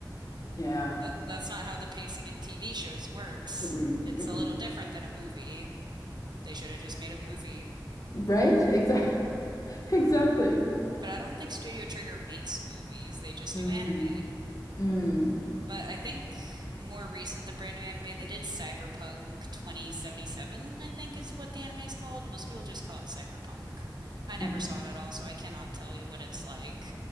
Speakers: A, on the left; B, on the right.
A: Yeah.
B: But that's not how the pacing in TV shows works.
A: Mm-mm.
B: It's
A: Mm-mm.
B: a little different than a movie. They should have just made a movie.
A: Right? Exactly. <laughs> Exactly.
B: But I don't think Studio Trigger makes movies, they just
A: Mm.
B: do anime.
A: Mm.
B: But I think more recent than brand new anime, they did Cyberpunk 2077, I think is what the anime is called. Most people just call it Cyberpunk. I never
A: Mm.
B: saw it at all, so I cannot tell you what it's like